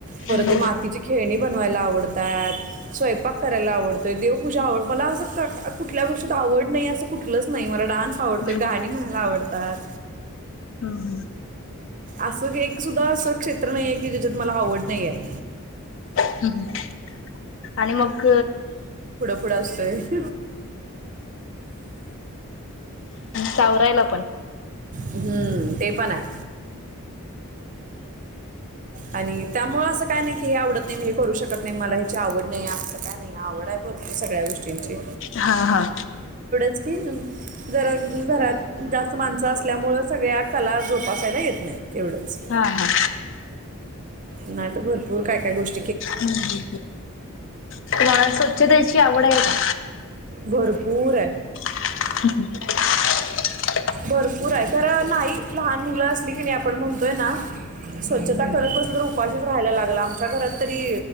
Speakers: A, on the right; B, on the left.
A: परत
B: हम्म
A: ते मातीची खेळणी, बनवायला आवडतात, स्वंपाक करायला आवडतोय, देवपूजा आव मला असं कुठल्या गोष्टीत आवड नाही असं कुठलंच नाही मला डान्स आवडतोय,
B: हम्म
A: गाणी म्हणायला आवडतात,
B: हम्म
A: असं एक सुद्धा असं क्षेत्र नाहीये की ज्याच्यात मला आवड नाही आहे!
B: हम् हम आणि मग
A: थोडा असं
B: सावरायला पण
A: हम्म ते पण आहे. आणि त्यामुळे असं काय नाही की हे आवडत नाही मी हे करू शकत नाही मला ह्याची आवड नाही, असं काय नाही आवड आहे भरपूर सगळ्या गोष्टींची
B: हा हा
A: ज घरात जास्त माण ल्यामुळं सगळ्या कला जोपासायला येत नाहीत. एवढंच
B: हा हा
A: नाही तर भरपूर काय काय गोष्ट
B: ह तुमाला स्वच्छतेची आवड आहे का
A: बरर पूर हाय.
B: हूं!
A: भरपूर आहे खर नाही लहान मुलं असली की नाही आपण म्हणतोय ना, स्वच्छता करत बसल तर उपाशीच राहायला लागल, आमच्या घरात तरी.